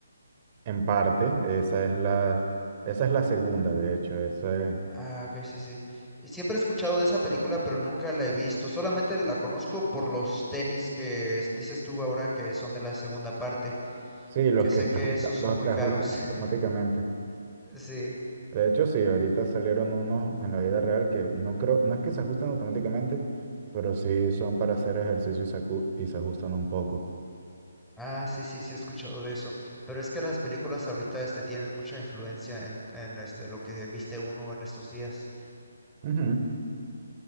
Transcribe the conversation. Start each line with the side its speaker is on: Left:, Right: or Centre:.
Right: En parte, esa es la, esa es la segunda, de hecho. Esa es-
Centre: Ah, ok, sí, sí. Y Siempre he escuchado de esa película, pero nunca la he visto. Solamente la conozco por los tenis que es- dices tú ahora que son de la segunda parte,
Right: sí, los
Centre: que
Right: que
Centre: sé
Right: se
Centre: que
Right: ajustan,
Centre: Sí. esos son
Right: los
Centre: muy
Right: se
Centre: caros.
Right: ajustan
Centre: <laughs>
Right: automáticamente.
Centre: Sí.
Right: De hecho, sí, ahorita salieron unos en la vida real que no creo, no es que se ajusten automáticamente, pero sí son para hacer ejercicio y se, acu- y se ajustan un poco.
Centre: Ah, sí, sí, sí he escuchado de eso. Pero es que las películas ahorita este tienen mucha influencia en, en este lo que viste uno en estos días.
Right: Ujú.